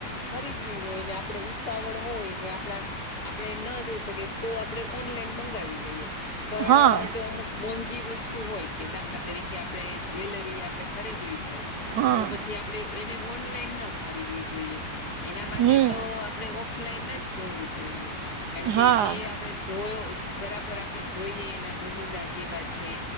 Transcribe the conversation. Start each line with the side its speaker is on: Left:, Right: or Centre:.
Left: ખરીદવી હોય ને આપડે ઉતાવળ હોય ને આપડા આપણે ન જઈ શકીએ તો આપડે ઓનલાઈન મંગાવી લઈએ પણ
Right: હા
Left: જો અમુક મોંઘી વસ્તુ હોય કે દાખલા તરીકે આપડે જ્વેલરી આપડે ખરીદવી હોય
Right: હા
Left: તો પછી આપડે એને ઓનલાઈન ન ખરીદવી જોઈએ. એના માટે
Right: હમ
Left: તો આપણે ઓફલાઈન જ જોવું જોઈએ કારણ કે
Right: હા
Left: એ આપડે જોયો બરાબર આપડે જોઈએ એના નમૂના કેવા છે,